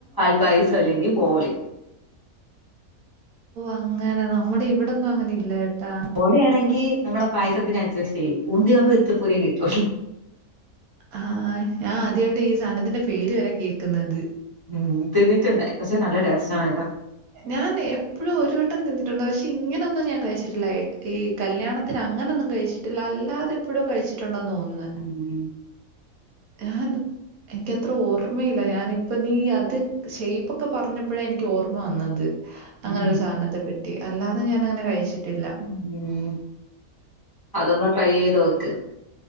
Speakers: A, on the left; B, on the right.
A: പായസ അല്ലെങ്കിൽ ബോളി
B: അങ്ങനെ നമ്മടെ ഇവിടൊന്നും അങ്ങനെ ഇല്ല കേട്ടോ
A: അവിടെയാണെങ്കി- നമ്മളെ പായസത്തിന് അഡ്ജസ്റ്റ് ചെയ്യും ഊന്തിപ് <unintelligible> ഇത്ത്പ്പൂരേ കിട്ടുള്ളൂ
B: ആഹ് ഞാൻ ആദ്യായിട്ട് ഈ സാധനത്തിന്റെ പേര് വരെ കേൾക്കുന്നത്
A: ഉം തിന്നിട്ടുണ്ട് പക്ഷെ നല്ല ടേസ്റ്റാണ് കേട്ടോ
B: ഞാൻ എപ്പഴും ഒരു വട്ടം തിന്നി-ട്ടുണ്ട് പക്ഷെ ഇങ്ങനൊന്നും ഞാൻ കഴിച്ചിട്ടില്ല ഈ- കല്യാണത്തിന് അങ്ങനൊന്നും കഴിച്ചിട്ടില്ല അല്ലാതെ എപ്പോഴോ കഴിച്ചിട്ടുണ്ടന്ന് തോന്നുന്നു
A: ഉം
B: ആന് എനിക്കത്ര ഓർമ്മയില്ല ഞാനിപ്പ നീ അത് ഷേപ്പൊകെ പറഞ്ഞപ്പഴാ എനിക്ക് ഓർ- ഓർമ്മ വന്നത് അങ്ങനെ
A: ഉം
B: ഒരു സാനത്തെ പറ്റി അല്ലാതെ ഞാനങ്ങനെ കഴിച്ചിട്ടില്ല
A: ഉം അതൊന്ന് ട്രൈ ചെയ്ത് നോക്ക്